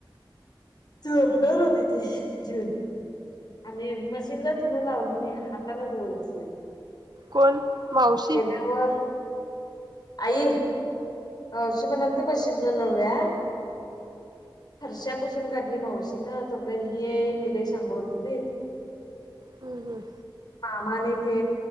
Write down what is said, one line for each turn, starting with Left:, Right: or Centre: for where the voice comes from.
Left: झोपणार होती ती जीवुन. आणि मशीनला धुन लावली म्या हाताला धुवत बसल्या.
Right: कोण मावशी.
Left: आवर <unintelligible> आई अशी म्हणाल ती मशीनला लावुया. फरशापासून काढली मावशी न, तोपर्यंत हे निलेश ने अंघोळ केलीत.
Right: हम्म हम्म.
Left: पामाने ते